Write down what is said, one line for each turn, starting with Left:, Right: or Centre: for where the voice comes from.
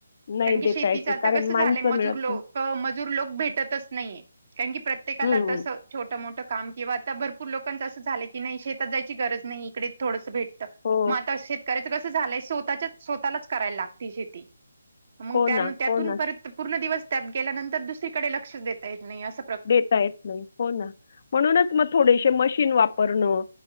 Left: नाही
Right: कारण की
Left: देता
Right: शेतीचं
Left: येत
Right: आता
Left: कारण
Right: कसं
Left: माणसं
Right: झालंय मजूर
Left: मिळत
Right: लोक
Left: नाही.
Right: मजूर लोक भेटतच नाहीये कारण की प्रत्येकाला
Left: हं,
Right: तसं छोटं मोठं काम किंवा आत्ता भरपूर लोकांचं आस झालं की नाय शेतात जायची गरज नाय इकडेच थोडसं भेट
Left: हो,
Right: म आता शेतकऱ्याच कसं झालंय स्वतःच्या स्वतःलाच करायला लागती शेती. मग
Left: हो
Right: त्या-
Left: ना,
Right: त्यातून
Left: हो ना.
Right: परत पूर्ण दिवस त्यात गेल्यानंतर दुसरीकडे लक्षच देता येत नाय असं
Left: देता येत नाय हो ना म्हणूनच म थोडेसे मशीन वापरणं.